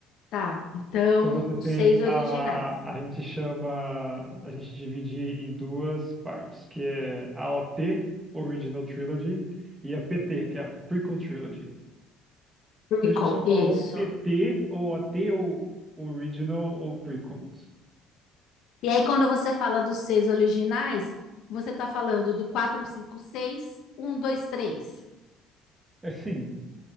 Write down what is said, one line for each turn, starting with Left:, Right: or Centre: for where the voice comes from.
Left: Tá, então,
Right: Então você
Left: os
Right: tem
Left: seis originais.
Right: a. A gente chama. A gente divide em duas partes, que é a OT, Original Trilogy, e a PT, que é a Prequel Trilogy.
Left: Prequel,
Right: Então a gente costuma
Left: isso.
Right: falar ou PT, ou OT, ou Original, ou Prequels.
Left: E aí, quando você fala dos seis originais, você tá falando do quatro, cinco, seis, um, dois, três,
Right: É sim.